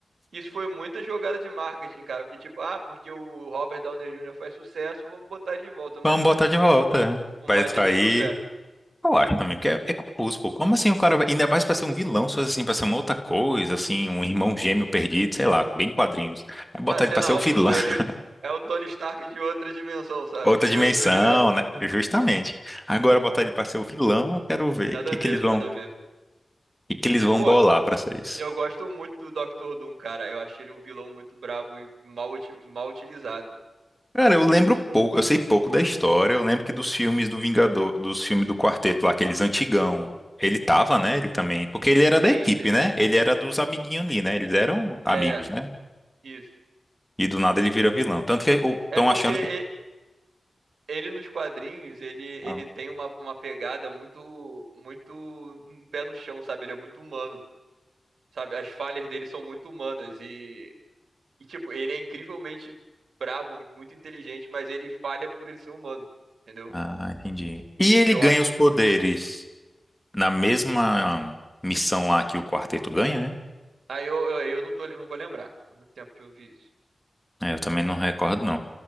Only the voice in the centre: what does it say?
Vamos
botar
de
volta,
né?
Vai
atrair.
Eu acho também, porque é, é confuso, pô. Como assim o cara vai. Ainda mais pra ser um vilão, se fosse assim, pra ser uma outra coisa, assim, um irmão gêmeo perdido, sei lá, bem quadrinhos. Aí Botar
ele
pra
ser o vilão,
<laughs>
outra
dimensão,
né? Justamente. Agora botar ele pra ser o vilão, eu quero ver
o que
que
eles vão,
o
que que eles
vão
bolar pra ser isso.
Cara, eu lembro pouco, eu sei pouco da história, eu lembro que dos filmes do Vingador, dos filmes do Quarteto lá, aqueles antigão. Ele tava, né? Ele também. Porque ele era
da equipe,
né? Ele era dos amiguinhos ali, né? Eles eram amigos,
né?
E do nada ele vira vilão. Tanto que estão
achando que.
Ah,
ah, entendi. E ele
ganha
os
poderes
na mesma missão lá que o quarteto ganha, né?
É, eu também não recordo, não.